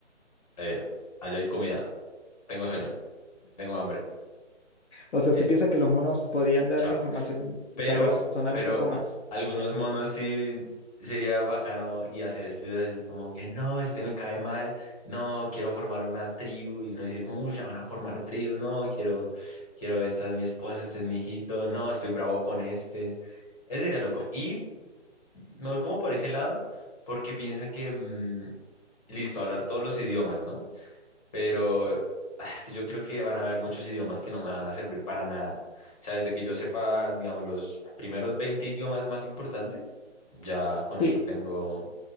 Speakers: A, on the left; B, on the left.
A: eh, allá hay comida, tengo sueño, tengo hambre,
B: O sea,
A: eh,
B: ¿usted piensa que los monos podrían darle
A: chao.
B: información,
A: pero,
B: o sea, razonar
A: pero
B: un poco más?
A: algunos monos sí sería bacano y hacer estudios así como que no, este me cae mal, no, quiero formar una tribu y uno decir como, uy, ya van a formar tribu, no, quiero, quiero, esta es mi esposa, este es mi hijito, no, estoy bravo con este, eso sería loco. Y me voy como por ese lado porque piensa que, mm, listo, hablar todos los idiomas, ¿no? pero ah, es que yo creo que van a haber muchos idiomas que no me van a servir para nada. O sea, desde que yo sepa, digamos, los primeros 20 idiomas más importantes, ya con
B: Sí.
A: eso tengo, o